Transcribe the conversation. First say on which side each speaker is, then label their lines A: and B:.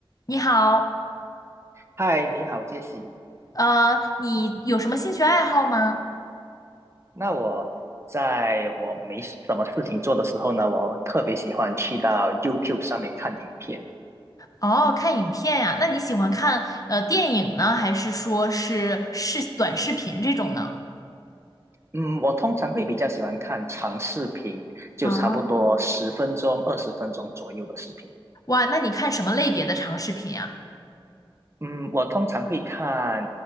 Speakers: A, on the left; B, on the right.
A: 你好，
B: 嗨，你好，杰西。
A: 呃，你有什么兴趣爱好吗？
B: 那我在我没什么事情做的时候呢，我特别喜欢去到 YouTube 上面看影片。
A: 哦，看影片呀，那你喜欢看呃电影呢，还是说是视短视频这种呢？
B: 嗯，我通常会比较喜欢看长视频，就差不多十分钟、
A: 啊，
B: 二十分钟左右的视频。
A: 哇，那你看什么类别的长视频呀？
B: 嗯，我通常会看